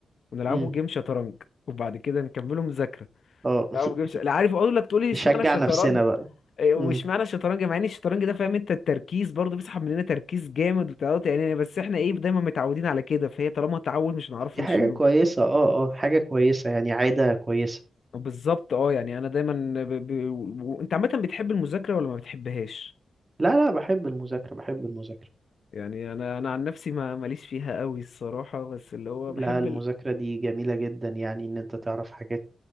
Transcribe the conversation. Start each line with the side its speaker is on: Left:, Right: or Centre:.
Left: ونلعبوا
Right: امم
Left: جيم شطرنج وبعد كده نكملوا مذاكرة
Right: اه
Left: لا ما
Right: <laughs>
Left: بجيبش لا عارف اقول لك تقول لي اشمعنى
Right: نشجع
Left: الشطرنج
Right: نفسنا بقى
Left: إيه، واشمعنى
Right: امم
Left: الشطرنج مع ان الشطرنج ده فاهم انت التركيز برضه بيسحب مننا تركيز جامد وتعود يعني بس احنا ايه دايما متعودين على كده فهي طالما تعود مش هنعرفه
Right: طب دي حاجة
Left: نشيلوه
Right: كويسة اه اه حاجة كويسة يعني عادة كويسة
Left: بالظبط اه يعني انا دايما ب... ب... و... انت عامه بتحب المذاكره ولا ما بتحبهاش
Right: لا لا بحب المذاكرة بحب المذاكرة
Left: يعني انا انا عن نفسي ما ماليش فيها قوي الصراحه بس اللي هو
Right: لا
Left: بحب
Right: المذاكرة
Left: ال...
Right: دي جميلة جدا يعني ان انت تعرف حاجات